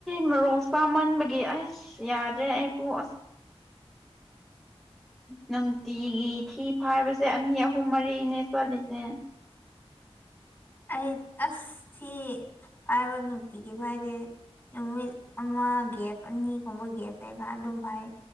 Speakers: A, in the centre; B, on the left (about 25°).
A: ꯃꯔꯣꯛ ꯆꯥꯃꯟꯕꯒꯤ ꯑꯁ ꯌꯥꯗ꯭ꯔꯦ ꯑꯩꯕꯨ ꯑꯁ ꯅꯨꯡꯇꯤꯒꯤ ꯊꯤ ꯐꯕꯁꯦ ꯑꯅꯤ ꯑꯍꯨꯝ ꯃꯔꯤꯅꯦ ꯆꯠꯂꯤꯁꯦ
B: ꯑꯩ ꯑꯁꯁꯤ ꯍꯥꯏꯥꯏꯕꯅꯨ ꯇꯤꯒ ꯐꯥꯏꯗꯦ ꯅꯨꯃꯤꯠ ꯑꯃ ꯒꯦꯞ ꯑꯅꯤꯒꯨꯝꯕ ꯒꯦꯞ ꯂꯩꯩꯒ ꯑꯗꯨꯝ ꯐꯥꯏ